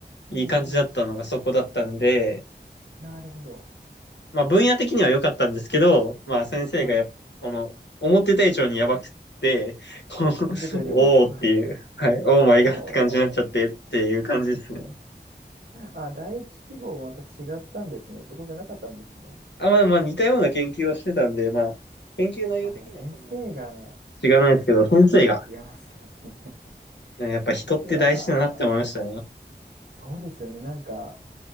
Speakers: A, on the right (about 65°); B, on the left (about 85°).
A: うんうん。
B: いい感じだったのがそこだったんで、
A: なるほど。
B: まあ分野的には良かったんですけど、まあ先生がやっあの、
A: はい。
B: 思ってた以上にやばくって、
A: <laughs>
B: <laughs> こう
A: 聞いてたよりも。
B: おーっていう、はい、オーマイガーって感じになっちゃってっていう感じですね。
A: <laughs> おー。あ、第一希望はまた違ったんですね。そこじゃなかったんですね。
B: あ、まあまあ似たような研究をしてたんで、まあ、研究内容的にはそんなに
A: まあでも先生が
B: 違わないですけど、先生が、
A: 違いますよね。
B: やっぱ人って大事だなって思いましたね。
A: <laughs> うわー、そうですよね。なんか、